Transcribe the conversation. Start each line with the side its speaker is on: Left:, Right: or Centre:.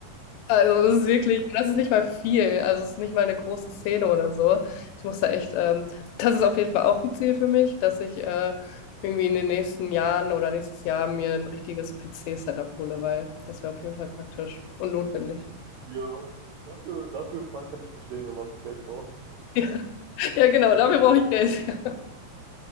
Left: Also es ist wirklich, das ist nicht mal viel, also es ist nicht mal eine große Szene oder so. Ich muss da echt, ähm, das ist auf jeden Fall auch ein Ziel für mich, dass ich äh, irgendwie in den nächsten Jahren oder nächstes Jahr mir ein richtiges PC-Setup hole, weil das wäre auf jeden Fall praktisch und notwendig.
Right: Ja. Dafür, dafür kann ich verstehen, wenn man Geld braucht.
Left: <laughs> Ja, genau, dafür brauche ich Geld. <laughs>